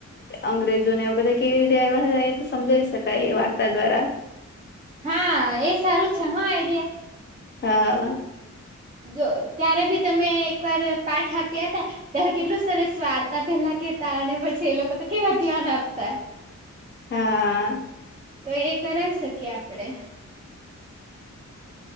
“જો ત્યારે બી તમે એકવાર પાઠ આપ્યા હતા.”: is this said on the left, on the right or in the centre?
Right